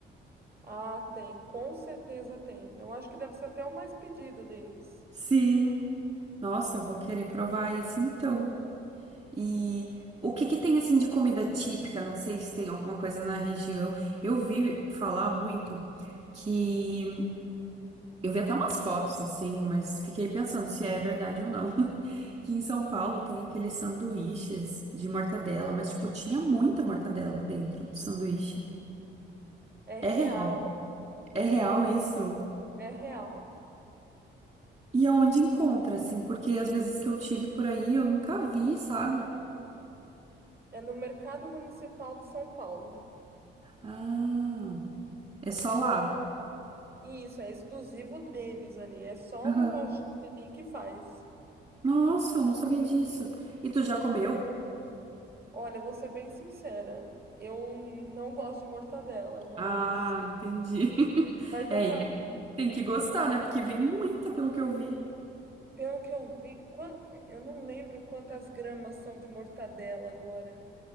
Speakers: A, on the right; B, on the right.
A: Ah, tem, com certeza tem. Eu acho que deve ser até o mais pedido deles.
B: Sim. Nossa, eu vou querer provar esse então. E o que que tem, assim, de comida típica? Não sei se tem alguma coisa na região. Eu vi falar muito que Eu vi até umas fotos assim, mas fiquei pensando se é verdade ou não. <laughs> Que em São Paulo tem aqueles sanduíches de mortadela, mas tipo, tinha muita mortadela dentro do sanduíche.
A: É real,
B: É real, é real isso.
A: é real.
B: E aonde encontra, assim, porque às vezes que eu tive por aí eu nunca vi, sabe?
A: É no Mercado Municipal de São Paulo.
B: Ah, é só lá.
A: E isso é exclusivo deles ali. É só
B: Aham.
A: uma lojinha ali que faz.
B: Nossa, eu não sabia disso. E tu já comeu?
A: Olha, vou ser bem sincera. Eu não gosto de mortadela, mas,
B: Ah, entendi. <laughs>
A: mas
B: É,
A: eu já,
B: e tem que gostar, né? Porque vem muita, pelo que eu vi.
A: pelo que eu vi, qua- eu não lembro quantas gramas são de mortadela agora,